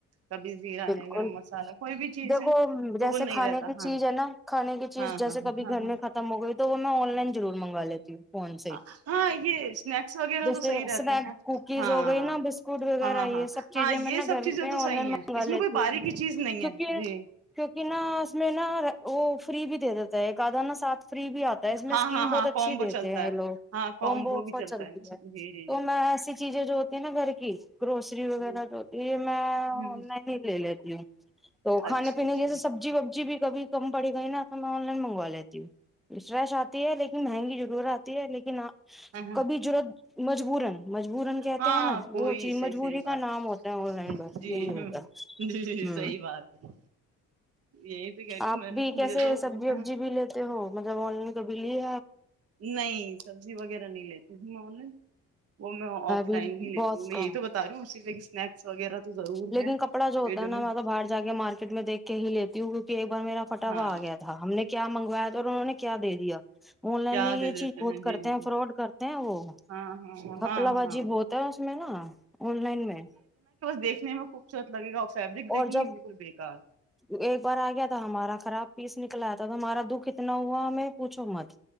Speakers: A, on the right; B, in the centre.
A: کبھی زیرہ
B: بالکل
A: ہے گرم مسالہ کوئی بھی چیز
B: دیکھو
A: ہے تو
B: جیسے
A: وہ نہیں
B: کھانے
A: رہتا
B: کی
A: ہاں
B: چیز ہے نا کھانے کی چیز
A: ہاں
B: جیسے
A: ہاں
B: کبھی
A: ہاں
B: گھر
A: ہاں
B: میں ختم ہو گئی تو وہ آن لائن ضور منگا لیتی ہوں فون سے
A: ہاں ہاں یہ اسنیکس وغیرہ
B: جیسے
A: تو صحیح رہتے
B: سنیک
A: ہیں
B: کوکیز
A: ہاں
B: ہو گئی نا بسکٹ وغیرہ
A: ہاں ہاں
B: یہ
A: ہاں
B: سب چیزیں
A: ہاں یہ
B: میں
A: سب
B: گھر
A: چیزیں
B: میں
A: تو
B: آن
A: صحیح
B: لائن
A: ہیں اس میں
B: لیتی
A: کوئی باریکی
B: ہ
A: چیز نہیں
B: کیک
A: ہے جی
B: کیک نہا اس میں نہا وہ فری بھی دے دیتا ہے آدا ن ساتھ فری بھی آتا ہے اس میں
A: ہاں
B: اسکیم
A: ہاں
B: بہت
A: ہاں
B: اچھی
A: کومبو
B: دیتے
A: چلتا
B: ہیں
A: ہے
B: لوگ
A: ہاں کومبو
B: ہوم آفر
A: بھی چلتا
B: چلتی
A: نا جی
B: ہے
A: جی
B: تو
A: جی
B: میں ایسی چیزیں جو ہوتی ہے نا گھر کی گروسری وغیرہ
A: جی
B: جو ہوتی ہے یہ میں
A: ہ
B: نہیں لے لیتی ہوں تو کھانے
A: اچھا
B: پینے
A: اچھا
B: کییسے سبزی وبزی بھی کبھی کم پڑی گئی نا ہم میں آن لائن مگوا لیتی ہوں وشش آتی ہے لیکن مہنگی ضرور آتی ہے لیکن
A: ہ
B: کبھی ضرورت مجبورن مجبورا کہتے
A: ہاں
B: ہیں نا
A: کوئی
B: وہ چیز
A: صحیح
B: مجبوری
A: صحیح بات
B: کا نام ہوتا ہے آن لائن بس
A: جی
B: یہی ہوتا
A: ہوں
B: ہے
A: جی صحی بات ہے یہی تو کہہ رہی ہوں
B: آپ
A: میں نے
B: بھی
A: کہا مجھے
B: کیسے
A: تو
B: سبزی
A: ہوتا
B: وبزی
A: ہے
B: بھی لیتے ہو مطلب آن لائن بلی
A: نہیں سبزی وغیرہ نہیں لیتی ہ میں آن لائن وہ میں آف
B: بھی
A: لائن ہی لیتی
B: بہت
A: ہوں میں
B: کم
A: یہی تو بتا رہی ہوں اسی ج سناکس وغیرہ تو ضرور
B: لیکن
A: ہے
B: کپڑا جو ہوتا
A: یہ
B: ہے نا
A: میں
B: تو باہر جا کے مارکیٹ میں دیکھ کے ہی لیتے کہ میرا پٹاوا
A: ہاں
B: آ گیا تھا ہم نے کیا منگویا تھا انہوں نے کیا دے دیا آن لائن
A: کیا
B: میں یہ
A: دے دیتے
B: چیز بہت
A: جی
B: کرتے
A: جی جی
B: ہیں فراڈ کرتے ہیں وہ
A: ہاں ہاں
B: کپلا
A: ہاں
B: بازی
A: ہاں
B: بہت ہے اس میں نا آن لائن میں
A: دیکنے میں خوبصورت لگے گا فیبرک دیکھیں
B: اور جب
A: گے بالکل بےیکار
B: ایک بار آ گیا تھا ہمارا خراب پیس نکلا آیا تھا تو ہمارا دکھ اتنا ہوا ہم پوچھو مت